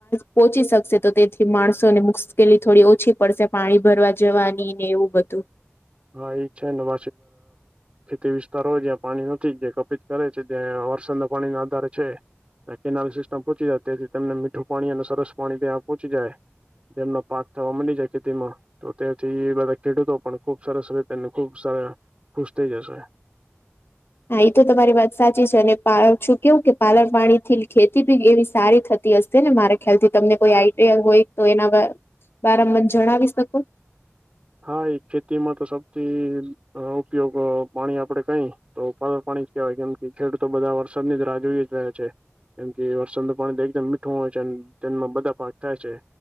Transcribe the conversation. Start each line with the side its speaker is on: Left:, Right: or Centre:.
Left: પોહોચી શકશે. તો તેથી માણસોને મુશ્કેલી થોડી ઓછી પડશે. પાણી ભરવા જવાની ને એવું બધું.
Right: હા એજ છે ને <inaudible> ખેતી વિસ્તારોય જ્યાં પાણી નથી જે કપિત કરે છે જ્યાં વરસાના પાણી ના આધારે છે. કેનાલ સિસ્ટમ પહોંચી જાય ત્યાથી તને મીઠું પાણી અને સરસ પાણી ત્યાં પહોંચી જાય. જેમના પાક થવા મની જાય ખેતીમાં તો ત્યાંથી બધા ખેડૂતો પણ ખુબ સરસ રીતેને ખુબ સ ખુશ થઇ જશે.
Left: હા એ તો તમારી વાત સાચી છે અને શું કેવું કે પાલન પાણી થી ખેતી બી એવી સારી થતી ને મારે ખ્યાલથી તમને કોઈ આઈડિયા હોય તો એના બરા જણાવી શકો?
Right: હા એ ખેતીમાં તો સૌથી ઉપયોગ પાણી આપડે કઈ તો પણ પાણી કવાય કેમ કે ખેડૂતો બધા વરસાદની રાહ જોઈ જ રહે છે. કેમ કે વરસનું પાણી એકદમ મીઠું હોય છે તેમાં બધા પાક થાય છે.